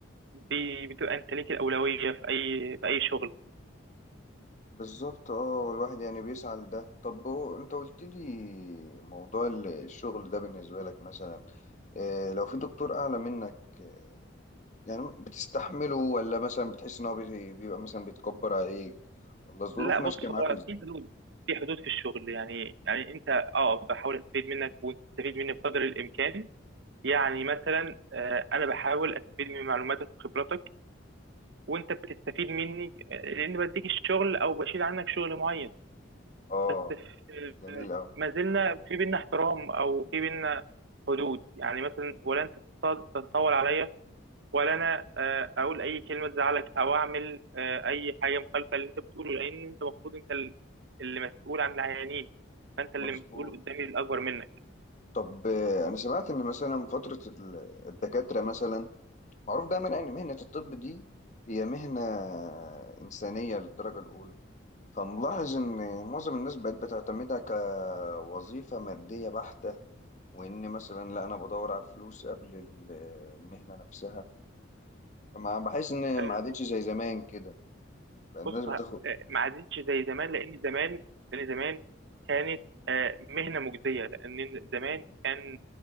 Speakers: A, on the right (about 60°); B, on the left (about 40°).
A: بي- بتبقى انت ليك الاولويه في اي في اي شغل
B: بالظبط اه والواحد يعني بيسعى لده طب هو أنت قلت لي موضوع ال- الشغل ده بالنسبة لك مثلا آه، لو في دكتور أعلى منك آه، يعني بتستحمله ولا مثلا بتحس إن هو بي- بيبقى مثلا بيتكبر عليك ولا الظروف
A: لا
B: ماشية
A: بص
B: معاكوا
A: هو
B: إزاي؟
A: في حدود في حدود في الشغل يعني يعني انت اه بحاول استفيد منك وانت تستفيد مني بقدر الامكان يعني مثلا آه، انا بحاول استفيد من معلوماتك وخبراتك وانت بتستفيد مني آه، لان بديك الشغل او بشيل عنك شغل معين
B: اه
A: بس في
B: جميل أوي
A: ما زلنا في بينا احترام او في بينا حدود يعني مثلا ولا انت تط- تتطاول عليا ولا انا آه، اقول اي كلمه تزعلك او اعمل آه، اي حاجه مخالفه اللي انت بتقوله لان انت المفروض انت ال- اللي مسؤول عن العيانين فانت اللي
B: مظبوط
A: مسؤول قدامي الاكبر منك
B: طب آه، انا سمعت ان مثلا فترة ال- الدكاترة مثلا معروف دايما ان مهنة الطب دي هي مهنة انسانية للدرجة الاولى فملاحظ ان معظم الناس بقت بتعتمدها كوظيفة مادية بحتة وان مثلا لا انا بدور على الفلوس قبل ال- المهنة نفسها فما بحس ان
A: آه،
B: ما عادتش زي زمان كده بقى الناس
A: بص
B: بتاخد
A: آه، ما عادتش زي زمان لان زمان لان زمان كانت آه، مهنه مجزيه لان زمان كان